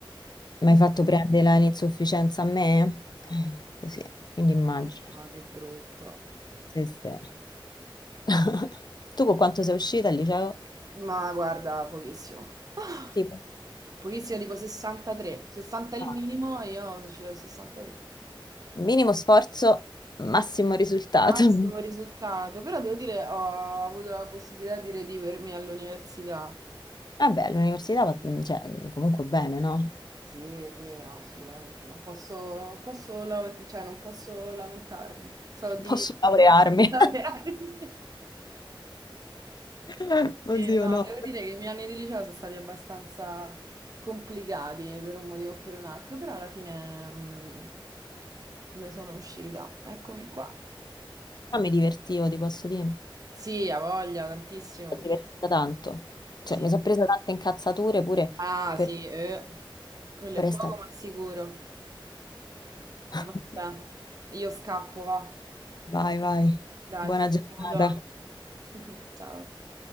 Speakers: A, on the left; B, on the right.
A: mi
B: <laughs>
A: hai fatto prendere la- l'insufficienza a me? Eh, così, quindi
B: no,
A: immagino.
B: che brutto.
A: Sì, sì. <laughs> Tu con quanto sei uscita al liceo?
B: Ma guarda, pochissimo. <laughs>
A: Tipo,
B: Pochissimo, tipo 63. 60 è il
A: ah,
B: minimo e io sono uscita al 63.
A: minimo sforzo, massimo risultato.
B: Massimo
A: <laughs>
B: risultato, però devo dire, ho avuto la possibilità di redivermi all'università.
A: Vabbè, all'università va, mm, cioè, mm, comunque bene, no?
B: Sì, sì, no, assolutamente. Non posso, non posso, laur- cioè, non posso lamentarmi. So di...
A: Posso laurearmi.
B: <laughs>
A: <laughs> Oddio,
B: Sì, no,
A: no.
B: devo dire che i miei anni di liceo sono stati abbastanza complicati per un motivo o per un altro, però alla fine mh, ne sono uscita. Eccomi qua.
A: Ma mi divertivo, ti posso dire. Mi
B: Sì, ha voglia, tantissimo.
A: sono divertita tanto. Cioè,
B: Sì.
A: mi sono presa tante incazzature pure
B: Ah,
A: per,
B: sì, eh. Quello
A: per
B: è
A: estate.
B: poco ma sicuro.
A: <laughs>
B: Vabbè, io scappo, va.
A: Vai, vai.
B: Dai,
A: Buona
B: ci
A: giornata.
B: sentiamo dopo. <laughs> Ciao.